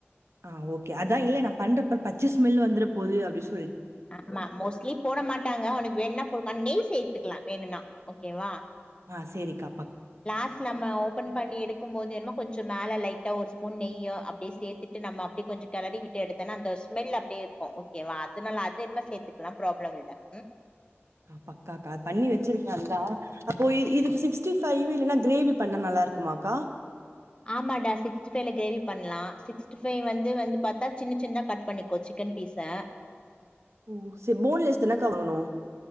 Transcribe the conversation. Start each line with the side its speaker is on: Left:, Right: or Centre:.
Right: ஆஹ் ஓகே அதா இல்ல நா பண்றப்ப பச்ச ஸ்மெல்னு வந்துரப் போது அப்டி சொ
Left: ஆமா மோஸ்ட்லி போட மாட்டாங்க ஒனக்கு வேண்னா போட் ஆஹ் நெய் சேர் த்துக்லா வேணுனா ஓகேவா
Right: ஆஹ் சேரிக்கா
Left: லாஸ்ட் நம்ம ஓப்பன் பண்ணி எடுக்கும் போது வேண்ணா கொஞ்ச மேல லைட்டா ஒரு ஸ்பூன் நெய்யு அப்டியே சேத்துட்டு நம்ம அப்டி கொஞ்ச கெளறி விட்டு எடுத்தனா அந்த ஸ்மெல் அப்டியே இருக்கு ஓகேவா அதனால அது வேணுனா சேத்துக்லா ப்ராப்ளம் இல்ல உம்
Right: ஆஹ் பக்காக்கா பண்ணி வச்சிருக்கே அதுதா அப்போ இதுக்கு சிக்ஸ்டி ஃபைவ் இல்லனா க்ரேவி பண்ண நல்லா இருக்குமாக்கா
Left: ஆமாடா சிக்ஸ்டி ஃபைல க்ரேவி பண்லா சிக்ஸ்ட்டி ஃபை வந்து வந்து பாத்தா சின்ன சின்தா கட் பண்ணிக்கோ சிக்கன் பீஸ
Right: ஓ செ போன் லெஸ் தானக்கா வாங்கணு